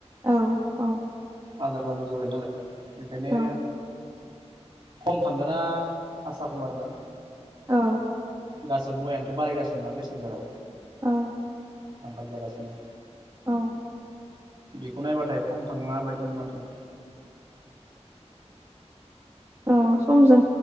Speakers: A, on the right (about 25°); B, on the right (about 40°).
A: औ औ
B: आदार नांगौ जाबाय नालाय बिखायनो
A: औ
B: खम थांगोन ना आसा खम आरोना?
A: औ।
B: गासिबो मुायानोथ' बारायगासिनो ना बेसेनफोरा।
A: औ।
B: आंखाल जागासिनो।
A: औ
B: बेखौ नायबाथाय खम थाङा बायदि नुदो माथो।
A: औ समजों